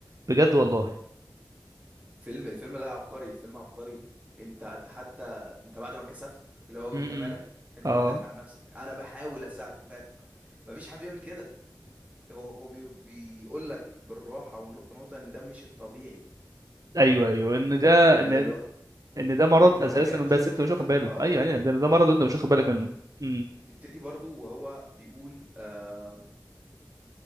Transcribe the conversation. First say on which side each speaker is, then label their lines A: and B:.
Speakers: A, on the right; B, on the right.
A: بجد والله
B: فيلم الفيلم لا عبقري فيلم عبقري انت انت حتى انت بعد ما كسفت اللي هو
A: م-
B: انت
A: م.
B: مالك انت
A: اه
B: بتدافع عن نفسك انا بحاول اساعد ف... مفيش حد بيعمل كده هو هو بي- بيقول لك بالراحه ونقطه نقطه ان ده مش الطبيعي
A: ايوه ايوه ان ده
B: اللي
A: ان
B: اللي هو
A: ان ده مرض
B: انت
A: اساسا
B: لو مكانه
A: بس
B: مش تعمل
A: انت
B: كده
A: مش واخد باله
B: اه
A: ايوه ايوه ده ده مرض وانت مش واخد بالك منه امم
B: بتبتدي برضو وهو بيقول آه